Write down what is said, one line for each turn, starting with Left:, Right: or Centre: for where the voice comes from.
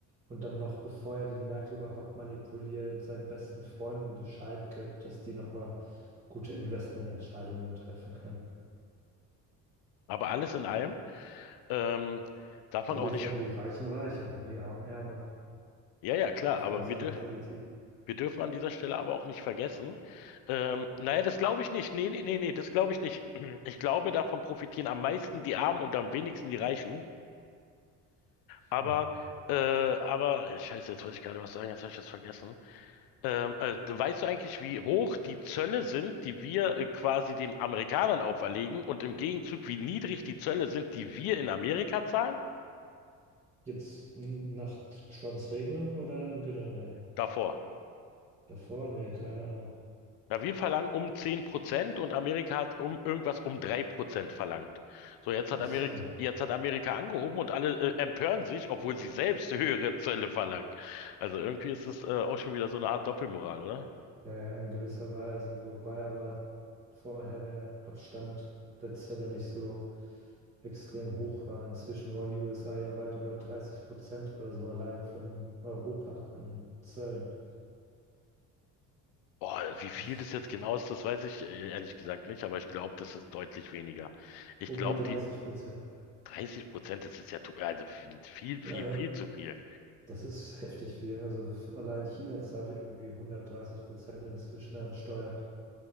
Right: und dann noch, bevor er die Märkte überhaupt manipuliert, seinen besten Freunden Bescheid gibt, dass die nochmal gute Investmententscheidungen treffen können.
Left: Aber alles in allem, ähm, darf
Right: Dadurch
Left: man auch nicht.
Right: werden die Reichen reicher und die Armen ärmer
Left: Ja, ja, klar,
Right: aufgrund
Left: aber
Right: seiner
Left: wir dürfen.
Right: Politik.
Left: Wir dürfen an dieser Stelle aber auch nicht vergessen. Ähm, naja, das glaube ich nicht. Nee, nee, nee, nee, das glaube ich nicht. <clears throat> Ich glaube, davon profitieren am meisten die Armen und am wenigsten die Reichen. Aber,
Right: Hm.
Left: äh, aber, scheiße, jetzt wollte ich gerade was sagen, jetzt habe ich das vergessen. Ähm, äh, weißt du eigentlich, wie hoch die Zölle sind, die wir äh, quasi den Amerikanern auferlegen und im Gegenzug, wie niedrig die Zölle sind, die wir in Amerika zahlen?
Right: Jetzt n- nach Trumps Regelung oder im Generellen?
Left: Davor.
Right: Davor? Nee, keine Ahnung.
Left: Ja, wir verlangen um zehn Prozent und Amerika hat um irgendwas um 3% verlangt. So, jetzt hat
Right: Ach
Left: Amerika,
Right: so.
Left: jetzt hat Amerika angehoben und alle äh, empören sich, obwohl sie selbst höhere Zölle verlangen. Also irgendwie ist es äh, auch schon wieder so eine Art Doppelmoral, oder?
Right: Ja, ja, in gewisser Weise. Wobei aber vorher der Abstand der Zölle nicht so extrem hoch war. Inzwischen wollen die USA ja weit über 30 Prozent oder so allein von Europa an Zöllen.
Left: Boah, wie viel
Right: Das ist
Left: das jetzt genau ist, das weiß ich äh, ehrlich gesagt nicht, aber ich glaube, das ist deutlich weniger. Ich
Right: um
Left: glaube,
Right: die 30
Left: die
Right: Prozent.
Left: 30%, das ist ja, tu- also viel, viel,
Right: Ja, ja.
Left: viel zu viel.
Right: Das ist heftig, wie. Also allein China zahlt irgendwie 130 Prozent inzwischen an Steuern.